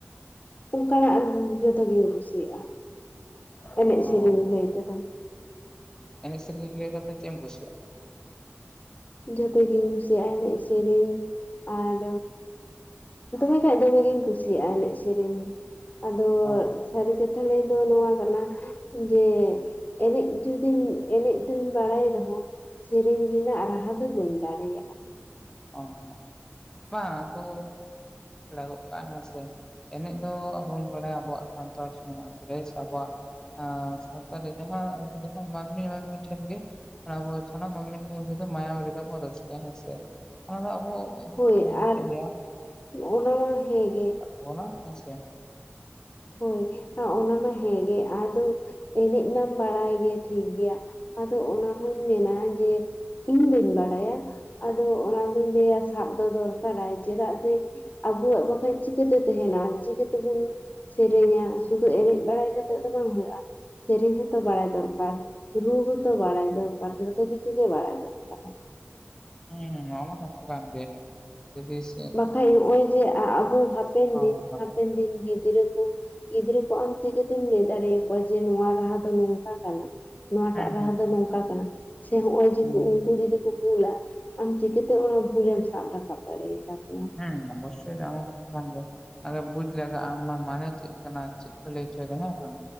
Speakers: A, on the left; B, on the left.
A: ᱚᱱᱠᱟᱱᱟᱜ ᱡᱚᱛᱚᱜᱤᱧ ᱠᱩᱥᱤᱭᱟᱜᱼᱟ ᱮᱱᱮᱡ
B: ᱚ
A: ᱥᱮᱨᱮᱧ ᱞᱟᱹᱭ ᱛᱮᱫᱚ,
B: ᱮᱱᱮᱡ ᱥᱮᱨᱮᱧ ᱞᱮᱭ ᱞᱮᱠᱷᱟᱱ ᱫᱚ ᱪᱮᱫ ᱮᱢ ᱠᱩᱥᱤᱭᱟᱜᱼᱟ?
A: ᱡᱚᱛᱚ ᱜᱤᱧ ᱠᱩᱥᱤᱭᱟᱜᱼᱟ ᱮᱱᱮᱡ ᱥᱮᱨᱮᱧ ᱟᱨ ᱫᱚᱢᱮ ᱠᱷᱟᱡ ᱫᱚᱢᱮ ᱜᱤᱧ ᱠᱩᱥᱤᱭᱟᱜᱼᱟ ᱮᱱᱮᱡ ᱥᱮᱨᱮᱧᱼᱼ ᱟᱫᱚ
B: ᱚ
A: ᱥᱟᱹᱨᱤ ᱠᱟᱛᱷᱟ ᱞᱟᱹᱭ ᱫᱚ ᱱᱚᱣᱟ ᱠᱟᱱᱟᱼᱼ ᱡᱮ ᱮᱱᱮᱡ ᱡᱩᱫᱤᱧ ᱮᱱᱮᱡ ᱫᱩᱧ ᱵᱟᱲᱟᱭ ᱨᱮᱦᱚᱸ ᱥᱮᱨᱮᱧ ᱨᱮᱱᱟᱜ ᱨᱟᱦᱟ ᱫᱚ ᱵᱟᱹᱧ ᱫᱟᱲᱮᱭᱟᱜᱼᱟ
B: ᱚ ᱵᱟᱝ ᱟᱫᱚ ᱥᱮᱸᱲᱟ ᱜᱚᱜ ᱠᱟᱜᱼᱟ ᱦᱮᱸ ᱥᱮ ᱮᱱᱮᱡ ᱫᱚ ᱟᱵᱚ ᱵᱚᱱ ᱵᱟᱲᱟᱭᱟ ᱟᱵᱚᱣᱟᱜ ᱥᱟᱱᱛᱟᱲ ᱥᱚᱢᱟᱡᱽ ᱨᱮ ᱥᱮ ᱟᱵᱚᱣᱟᱜ ᱟᱸ ᱥᱟᱶᱛᱟ ᱨᱮ ᱡᱟᱦᱟᱸ ᱡᱟᱦᱟᱸ ᱢᱟᱹᱱᱢᱤ ᱢᱟᱹᱱᱢᱤ ᱴᱷᱮᱱ ᱜᱮ ᱟᱵᱚ ᱥᱟᱱᱟᱢ ᱢᱟᱹᱱᱢᱤ ᱴᱷᱮᱱ ᱢᱟᱭᱟᱢ ᱨᱮᱛᱟᱵᱚᱱ ᱨᱟᱹᱥᱠᱟᱹ ᱦᱮᱸ ᱥᱮ ᱚᱱᱟ ᱫᱚ ᱟᱵᱚ
A: ᱦᱳᱭ
B: ᱪᱮᱫ
A: ᱟᱨ
B: ᱤᱧ ᱞᱟᱹᱭᱟ
A: ᱚᱱᱟ ᱢᱟ ᱦᱮᱸᱜᱮ
B: ᱜᱚᱞᱟ ᱦᱮᱸ ᱥᱮ
A: ᱦᱳᱭ ᱚᱱᱟ ᱢᱟ ᱦᱮᱸᱜᱮ ᱟᱫᱚ ᱮᱱᱮᱡ ᱢᱟᱢ ᱵᱟᱲᱟᱭ ᱜᱮ ᱴᱷᱤᱠ ᱜᱮᱭᱟ ᱟᱫᱚ ᱚᱱᱟᱦᱚᱧ ᱢᱮᱱᱟ ᱡᱮ ᱤᱧ ᱵᱟᱹᱧ ᱵᱟᱲᱟᱭᱟ ᱟᱫᱚ ᱚᱱᱟ ᱫᱚᱧ ᱞᱟᱹᱭᱟ ᱥᱟᱵ ᱫᱚ ᱫᱚᱨᱠᱟᱨᱟᱭ ᱪᱮᱫᱟᱜ ᱥᱮ ᱟᱵᱚᱣᱟᱜ ᱵᱟᱠᱷᱟᱱ ᱪᱤᱠᱟᱹᱛᱮ ᱛᱟᱦᱮᱱᱟ ᱪᱤᱠᱟᱹᱛᱮᱵᱚᱱ ᱥᱮᱨᱮᱧᱟ ᱥᱩᱫᱩ ᱮᱱᱮᱡ ᱵᱟᱲᱟᱭ ᱠᱟᱛᱮᱜ ᱫᱚ ᱵᱟᱝ ᱦᱩᱭᱩᱜᱼᱟ ᱥᱮᱨᱮᱧ ᱦᱚᱸᱛᱚ ᱵᱟᱲᱟᱭ ᱫᱚᱨᱠᱟᱨ ᱨᱩ ᱦᱚᱸᱛᱚ ᱵᱟᱲᱟᱭ ᱫᱚᱨᱠᱟᱨ ᱡᱚᱛᱚ ᱠᱤᱪᱷᱩ ᱜᱮ ᱵᱟᱲᱟᱭ ᱫᱚᱨᱠᱟᱨᱟᱭ
B: ᱦᱩᱸ ᱱᱟᱣᱟ ᱢᱟ ᱠᱟᱛᱷᱟ ᱠᱟᱱ ᱜᱮ ᱛᱤᱨᱤᱥ
A: ᱵᱟᱠᱷᱟᱡ ᱱᱚᱜᱼᱚᱭ ᱡᱮ ᱟᱵᱚ ᱦᱟᱯᱮᱱ
B: ᱦᱳᱭ
A: ᱫᱤᱱ ᱦᱟᱯᱮᱱ ᱫᱤᱱ ᱜᱤᱫᱽᱨᱟᱹ ᱠᱚ ᱜᱤᱫᱽᱨᱟᱹ ᱠᱚ ᱟᱢ ᱪᱤᱠᱟᱹᱛᱮᱢ ᱞᱟᱹᱭ ᱫᱟᱲᱮ ᱟᱠᱚᱣᱟ ᱡᱮ ᱱᱚᱣᱟ ᱨᱟᱦᱟ ᱫᱚ ᱱᱚᱝᱠᱟ ᱠᱟᱱᱟ ᱱᱚᱣᱟᱴᱟᱜ
B: ᱦᱩᱸ
A: ᱨᱟᱦᱟ
B: ᱦᱩᱸ
A: ᱫᱚ ᱱᱚᱝᱠᱟ ᱠᱟᱱᱟ ᱥᱮ ᱱᱚᱜᱼᱚᱭ ᱡᱮ
B: ᱦᱩᱸ
A: ᱩᱱᱠᱩ ᱡᱩᱫᱤ ᱠᱚ ᱨᱩᱭᱟ ᱟᱢ ᱪᱤᱠᱟᱹᱛᱮ ᱚᱱᱟ ᱵᱷᱩᱞᱮᱢ ᱥᱟᱵ ᱨᱟᱠᱟᱵ ᱫᱟᱲᱮᱭᱟᱛᱟ ᱠᱚᱣᱟ
B: ᱦᱮᱸ ᱚᱵᱚᱥᱥᱚᱭ ᱱᱟᱣᱟ ᱢᱟ ᱠᱟᱛᱷᱟ ᱠᱟᱱ ᱜᱮ ᱟᱫᱚ ᱵᱩᱡ ᱞᱟᱜᱟᱜᱼᱟ ᱚᱱᱟ ᱢᱟᱱᱮ ᱪᱮᱫ ᱠᱟᱱᱟ ᱪᱮᱫ ᱠᱚ ᱞᱟᱹᱭ ᱦᱚᱪᱚᱭᱮᱫᱟ ᱦᱮᱸ ᱵᱟᱝ